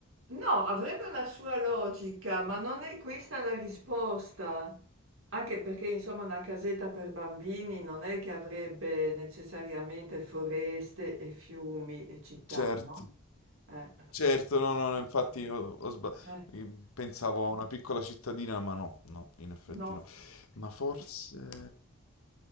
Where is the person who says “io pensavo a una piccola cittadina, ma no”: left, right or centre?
Left